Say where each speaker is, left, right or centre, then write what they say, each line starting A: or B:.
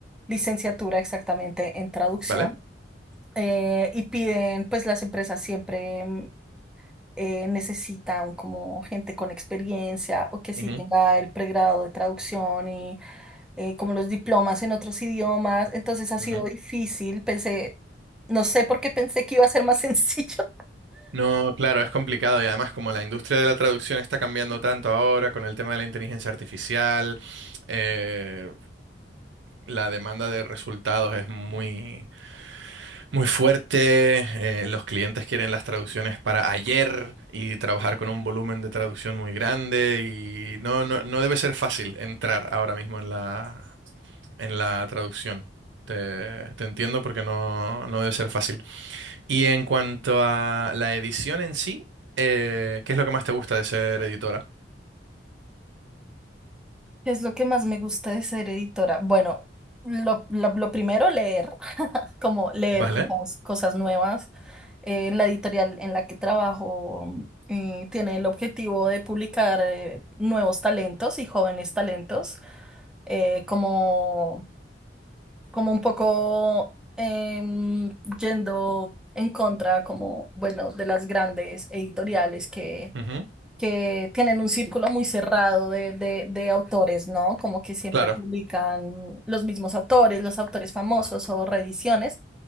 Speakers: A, in the centre; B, on the right.
A: licenciatura exactamente en traducción.
B: ¿Vale?
A: eh, y piden, pues las empresas siempre mm, eh, necesitan como gente con experiencia o que sí
B: Ujú,
A: tenga el pregrado de traducción y eh, como los diplomas en otros idiomas. Entonces ha sido
B: ujú.
A: difícil, pensé, no sé por qué pensé que iba a ser más <laughs> sencillo.
B: No, claro, es complicado y además como la industria de la traducción está cambiando tanto ahora con el tema de la inteligencia artificial, eh, la demanda de resultados es muy, Muy fuerte, eh, los clientes quieren las traducciones para ayer y trabajar con un volumen de traducción muy grande y no, no, no debe ser fácil entrar ahora mismo en la, en la traducción. Te, te entiendo porque no, no debe ser fácil. Y en cuanto a la edición en sí, eh, ¿qué es lo que más te gusta de ser editora?
A: ¿Qué es lo que más me gusta de ser editora? Bueno, lo, lo- lo primero, leer, <laughs> como leer
B: ¿Vale?
A: cosas, cosas nuevas. Eh, la editorial en la que trabajo eh, tiene el objetivo de publicar eh, nuevos talentos y jóvenes talentos, eh, como, como un poco em, yendo en contra, como, bueno, de las grandes editoriales
B: Ujú,
A: que tienen un círculo muy cerrado de, de, de autores, ¿no? Como que siempre
B: Claro.
A: publican los mismos autores, los autores famosos o reediciones.